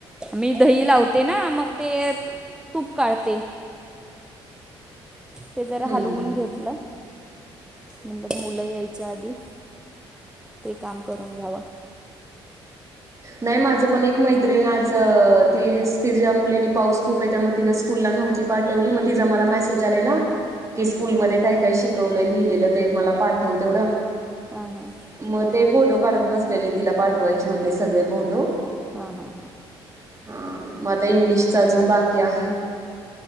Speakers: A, in the centre; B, on the right.
A: मी दही लावते नां मगं ते तूंप काढते ते जरां
B: हम्म
A: हलवूंन
B: हम्म.
A: घेतलं म्हणजे मुलं यांयच्या आंधी ते कायं करूंन घ्यावं
B: नाहीं माझं पणं एक मैत्रीण आंज ती ति मुलीनी पाऊस खूंप आहे त्यां मगं तिनं स्कूंलला मूलं नव्हती पाठवली मगं तिचां मलां मेसेज स्कूंल मध्ये कायं कायं शिकवलं लिहिलेलं ते मलां पाठवं तेवढं
A: हां हां
B: मगं ते फोटो काढतं बसलेले तिलां पाठवांयचे होते सगळें फोटो
A: हां हां हां
B: हां मगं आंता इंग्लिशचां अजूंनही बाकी आहे.